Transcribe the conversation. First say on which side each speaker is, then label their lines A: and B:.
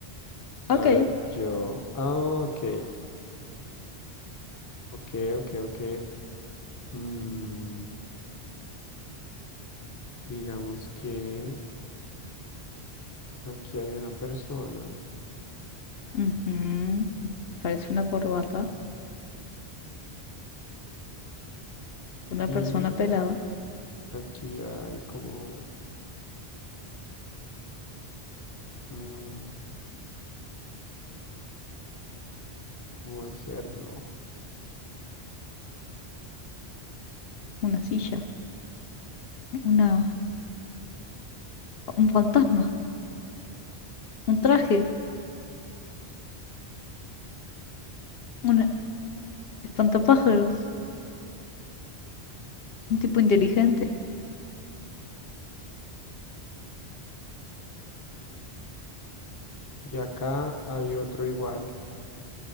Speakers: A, on the left (about 65°); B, on the left (about 20°).
A: Ok.
B: A ver, yo. Ah, ok. Ok, ok, ok. Mm, Digamos que aquí hay una persona
A: Ujú. Parece una corbata, una
B: y
A: persona pelada,
B: aquí hay como, mm, ¿cómo hacerlo?
A: una silla, una, un fantasma, un traje. un Espantapájaros, un tipo inteligente.
B: Y acá hay otro igual.